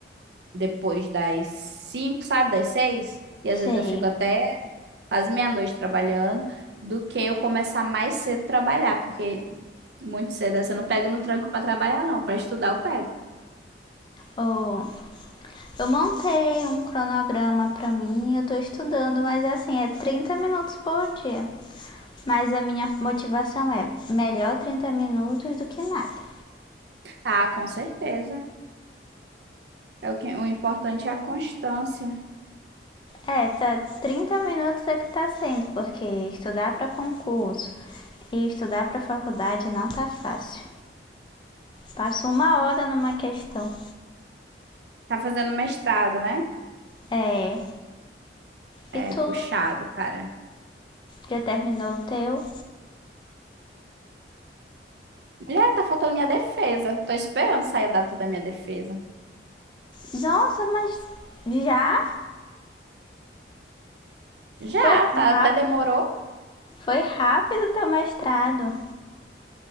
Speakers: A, on the right; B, on the left.
A: depois das cinco, sabe, das seis. E às vezes
B: Sei.
A: eu fico até quase meia-noite trabalhando, do que eu começar mais cedo a trabalhar, porque muito cedo assim, eu não pego no tranco para trabalhar, não. Para estudar eu pego.
B: Oh, eu montei um cronograma pra mim, eu tô estudando, mas assim, é 30 minutos por dia. Mas a minha motivação é melhor 30 minutos do que nada.
A: Ah, com certeza. É o que, o importante é a constância.
B: É, tá 30 minutos é que tá sendo, porque estudar para concurso e estudar para faculdade não tá fácil. Passo uma hora numa questão.
A: Tá fazendo mestrado, né?
B: É.
A: É
B: E tu
A: puxado, cara.
B: já terminou o teu?
A: Mulher, tá faltando minha defesa. Tô esperando sair a data da minha defesa.
B: Nossa, mas já?
A: Já,
B: Foi
A: tá, até
B: rápido.
A: demorou.
B: Foi rápido teu mestrado.